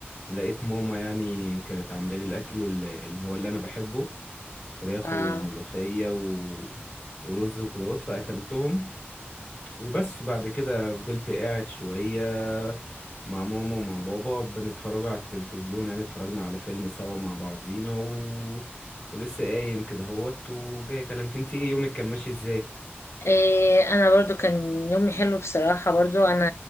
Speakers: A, on the left; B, on the left.
A: لقيت ماما يعني كانت عامله لي الاكل ال- اللي هو اللي انا بحبه فراخ
B: اه
A: وملوخيه و... ورز وكدهوت فاكلتهم وبس وبعد كده فضلت قاعد شويه مع ماما ومع بابا بنتفرجوا على التلفزيون يعني اتفرجنا على فيلم سوا مع بعضينا و... ولسه قايم كده هوت وجاي اكلمك انت ايه يومك كان ماشي ازاي
B: إيه انا برضو كان يومي حلو بصراحة برضو انا